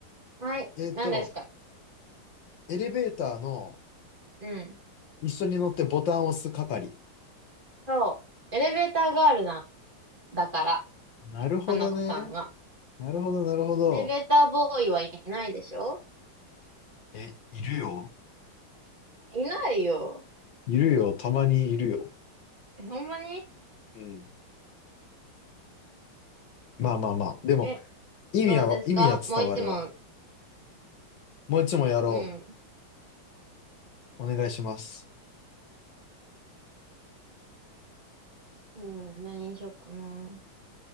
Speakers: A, on the right (about 25°); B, on the left (about 65°).
A: はい。
B: えっと、
A: 何ですか
B: エレベーターの
A: うん。
B: 一緒に乗ってボタンを押す係。
A: そう。エレベーターガールな、だから、
B: なるほどね。
A: 花子さんは。
B: なるほど、なるほど。
A: エレベーターボーイはいないでしょ
B: え、いるよ。
A: いないよ。
B: いるよ。たまにいるよ。
A: え、ほんまに
B: うん。まあまあまあ。でも、
A: え、
B: 意味は、
A: どうですかもう一問。
B: 意味は伝わるわ。もう一問やろ
A: うん。
B: う。お願いします。
A: うん、何にしよっかな。